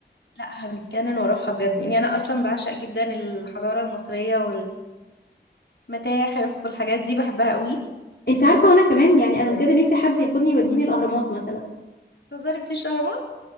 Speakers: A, on the left; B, on the left.
A: لا هنتجنن وأروحها بجد يعني أنا أصلا بعشق جدا الحضارة المصرية والمتاحف والحاجات دي بحبها قوي
B: انت عارفة وانا كمان يعني
A: جدا
B: انا بجد نفسي حد ياخدني يوديني الأهرامات مثلا
A: تهزري مفيش أهرامات؟